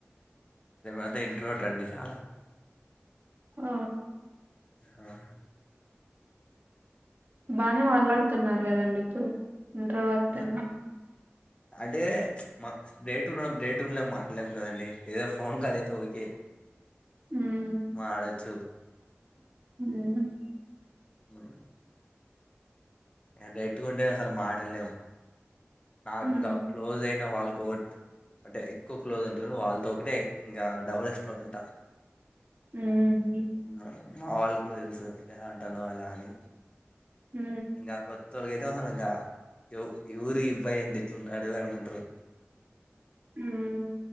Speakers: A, on the left; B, on the right.
A: అద ఇంట్రోవర్ట్ అండి చాలా
B: ఓ
A: ఆ
B: బానే మాట్లాడుతున్నారు కదండి ఇద్దరు ఇంట్రోవర్ట్
A: ఆ,
B: అని
A: అంటే మా డేట్ ఉన్నడం డేట్ లో మాట్లేం కదండి ఏదో ఫోన్ కాల్ అయి తోకే
B: ఉమ్
A: మాడచ్చు
B: <inaudible>
A: బ వెత్తుకుంటే లు మాటల్ లేవ్ నాక్
B: ఉమ్
A: ఇంకా క్లోజ్ అయిన వాల్ కోట్ అంటే ఎక్కువ క్లోజ్ ఉంటరు. వాళ్ళతో ఒకటే ఇంకా డబల్ ఎక్స్ట్రోవర్ట్ ఉంటా
B: హ్మ్ మ్
A: మా మా వాళ్ళక్ గుడా తెల్సు ఎలా ఉంటాంనో ఎలా అని
B: ఉమ్
A: ఇంకా కొత్తోలకైతే <inaudible> ఏ ఊరు <inaudible> అడద అనుకుంటారు
B: ఉమ్